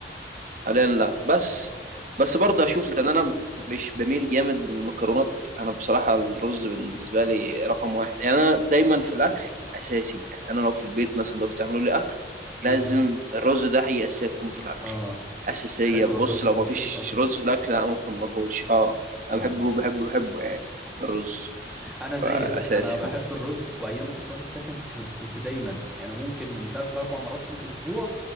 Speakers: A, on the right; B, in the centre.
A: حاليا لا بس بس برضه هشوف لان انا مش بميل جامد للمكرونات انا بصراحه الرز بالنسبه لي رقم واحد يعني انا دايما في الاكل اساسي أس- انا لو في البيت مثلا لو بتعملوا لي اكل لازم
B: امم
A: الرز ده حاجه اساسيه تكون في الاكل
B: اه
A: اساسيه
B: حلو
A: بص
B: الرز
A: لو
B: مفيد
A: ما فيش
B: اصلا
A: رز في الاكل لا ممكن ما اكلش اه
B: اه
A: انا بحبه بحبه بحبه يعني الرز
B: انا زيك
A: فاساسي
B: انا بحب الرز وايام ما كنت واخد سكن ك- كنت دايما يعني ممكن من ثلاث لاربع مرات في الاسبوع